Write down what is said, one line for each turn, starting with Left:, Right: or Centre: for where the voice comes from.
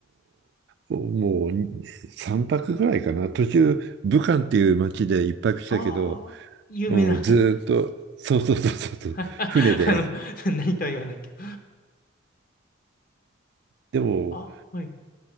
Right: もうに3泊ぐらいかな、途中、武漢っていう町で一泊したけど、
Left: ああ、有名な
Right: うん、ずーっと、そうそうそうそうそう、
Left: <laughs> あ
Right: 船で。
Left: の、<laughs> 何とは言わないけど。
Right: でも、
Left: あ、はい。